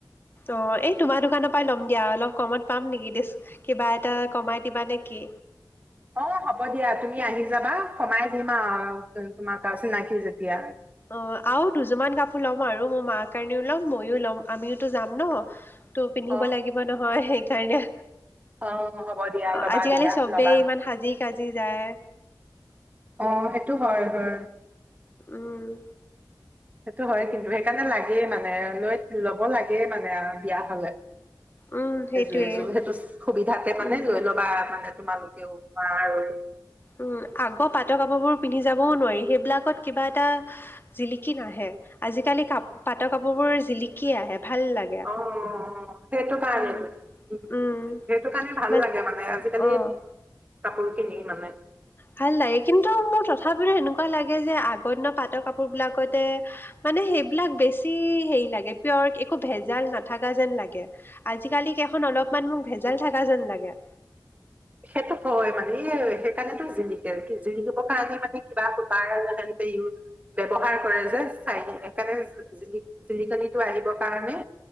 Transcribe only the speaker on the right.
অ হ'ব দিয়া তুমি আহি যাবা কমাই দিম তোমাৰ চিনাকি যেতিয়া
অ অ
অ হ'ব দিয়া
লবা
দিয়া
লবা
আহ সেইটো হয় হয়
সেইটো হয় কিন্তু সেইকাৰণে লাগেই মানে লৈ ল'ব লাগেই মানে বিয়া হলে
এযোৰ এযোৰ সেইটো সুবিধাতে মানে
লৈ ল'বা মানে তোমালোকেও বা আৰু
অ সেইটো কাৰণেই
সেইটো
কাৰণে ভাল
লাগে মানে আজিকালি
কাপোৰ কানি মানে
সেইটো হয় মানে এই সেইকাৰনে তো জিলিকে জলিকিবৰ কাৰণে মানে কিবা সুটাৰ আৰু সে ব্যৱহাৰ কৰে যে চাই সেইকাৰণে জিলিকনি টো আহিবৰ কাৰণে